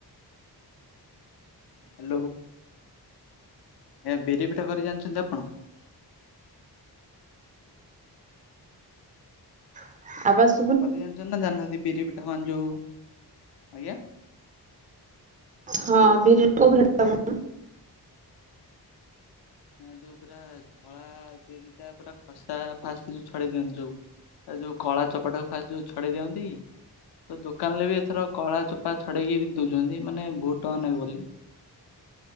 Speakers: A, on the left (about 70°); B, on the right (about 20°).
A: ହାଲୋ। ଏ ଆ ବିରି ପିଠା କରି ଜାଣିଛନ୍ତି ଆପଣ?
B: <unintelligible>
A: କରି ଜାଣିଚନ୍ତି ନା ଜାଣିନାହାନ୍ତି ବିରି ପିଟା ମାନେ ଯଉ, ଆଜ୍ଞା?
B: ହଁ ବିରି। <unintelligible>
A: ଆ ଯୋଉ ପୁରା ଧଳା ବିରିଟା ଟା ପୁରା ଖସା ଫାଷ୍ଟ ଯୋଉ ଛଡେଇ ଦିଅନ୍ତି ଯୋଉ ତାର ଯୋଉ କଳା ଚୋପାଟାକୁ ଫାଷ୍ଟ୍ ଯୋଉ ଛଡେଇ ଦିଅନ୍ତି ତ ଦୋକାନ ରେ ବି ଏଥର କଳା ଚୋପା ଛଡେଇକି ବିକି ଦଉଛନ୍ତି ମାନେ ବହୁତ ଟଙ୍କା ନେବେ ବୋଲି।